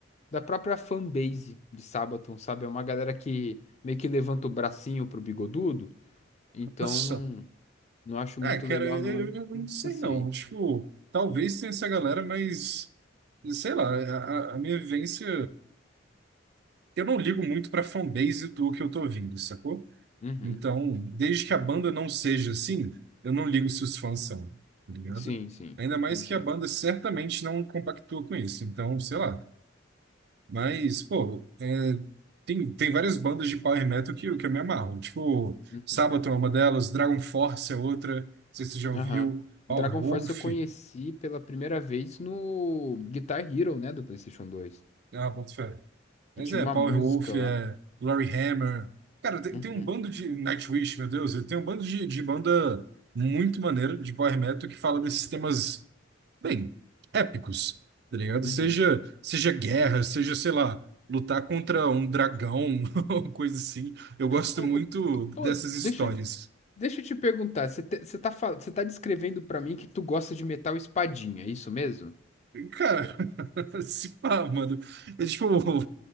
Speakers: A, on the left; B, on the right.
A: da própria fanbase de Sabaton, sabe? É uma galera que meio que levanta o bracinho pro bigodudo, então
B: Nossa.
A: eu não, não acho
B: É,
A: muito
B: cara,
A: legal,
B: eu,
A: não. Aí eu
B: eu não
A: me distanciei.
B: sei não. Tipo, talvez tenha essa galera, mas sei lá, a, a a minha vivência. Eu não ligo muito pra fanbase do que eu tô ouvindo, sacou?
A: Uhum.
B: Então, desde que a banda não seja assim, eu não ligo se os fãs são, tá ligado?
A: Sim, sim,
B: Ainda mais
A: entendi.
B: que a banda certamente não compactua com isso. Então, sei lá. Mas, pô, é, tem, tem várias bandas de power metal que, eu- que eu me amarro. Tipo,
A: Uhum.
B: Sabaton é uma delas, Dragon Force é outra, não sei se você já ouviu,
A: Aham.
B: Power
A: Dragon
B: Wolf.
A: Force eu conheci pela primeira vez no Guitar Hero, né, do PlayStation 2,
B: Ah, boto fé. Mas
A: que tinha
B: é,
A: uma
B: Power
A: música
B: Wolf,
A: lá.
B: é Glory Hammer. Cara, tem,
A: Uhum.
B: tem um bando de. Nightwish, meu Deus, tem um bando de, de banda muito maneira de power metal que fala desses temas. bem, épicos, tá ligado?
A: Uhum.
B: Seja, seja guerra, seja, sei lá, lutar contra um dragão, <laughs> ou coisa assim. Eu gosto
A: Ô,
B: muito
A: ô, pô,
B: dessas histórias.
A: deixa, eu- deixa eu te perguntar, você te- você tá, fal- você tá descrevendo pra mim que tu gosta de metal espadinha, é isso mesmo?
B: E, Cara, <laughs> se pá, mano. É tipo <laughs> um,